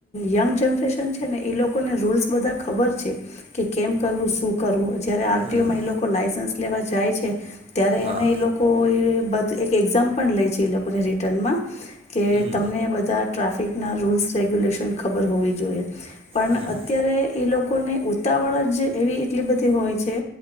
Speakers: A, on the left; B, on the right.
A: યંગ જનરેશન ને એ લોકોને રૂલ્ બધા ખબર છે કે કેમ કરવું શું કરવું. જયારે આરટીઓ
B: હમ
A: મા એ લોકો લાયસન્સ. લેવા જાય છે. ત્યારે
B: હા
A: એને એ લોકો. બધ એક એક્ઝામ પણ લે છે એ લોકોને રિટર્ન માં. કે
B: હમ
A: તમને બધા. ટ્રાફિક ના રૂલ્સ રેગ્યુલેશન ખબર હોવી જોઈએ. પણ
B: હમ
A: અત્યારે એ લો લોકોને ઉતાવળ જ એવી એટલી બધી હોય છે